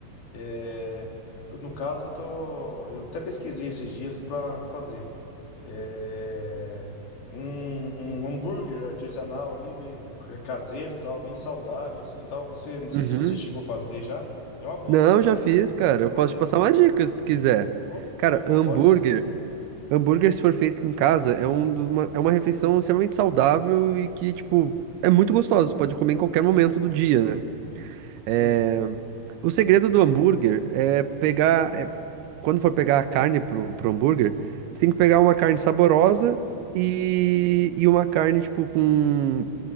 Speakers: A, on the left; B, on the right.
A: eh, eu, no caso, eu tô, eu até pesquisei esses dias para fazer eh, um, um hambúrguer artesanal ali, meio ca- caseiro, tal, bem saudável assim, tal. Você, não sei
B: Uhum.
A: se você chegou a fazer já. É uma boa
B: Não,
A: também,
B: já
A: né?
B: fiz,
A: Boa
B: cara.
A: para
B: Eu
A: fazer,
B: posso te
A: né?
B: passar uma dica se tu quiser.
A: O-
B: Cara,
A: Opa,
B: hambúrguer,
A: pode sim.
B: hambúrguer se for feito em casa é um dos- uma, é uma refeição extremamente saudável e que, tipo, é muito gostosa, tu pode comer em qualquer momento do dia, né?
A: Sim.
B: É, O segredo do hambúrguer é pegar. é- quando for pegar a carne pro, pro hambúrguer, tu tem que pegar uma carne saborosa e, e uma carne, tipo, com,